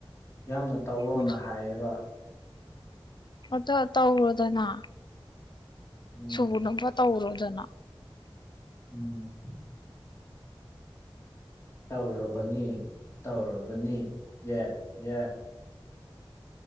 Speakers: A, on the left; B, on the left.
A: ꯌꯥꯝꯅ ꯇꯧꯋꯣꯅ
B: ꯎꯝ
A: ꯍꯥꯏꯌꯦꯕ
B: ꯑꯗꯣ ꯇꯧꯔꯣꯗꯅꯥ
A: ꯎꯝ
B: ꯍꯧꯅꯕ ꯇꯧꯔꯣꯗꯅ
A: ꯎꯝ ꯇꯧꯔꯕꯅꯤ ꯇꯧꯔꯕꯅꯤ ꯌꯦ ꯌꯦ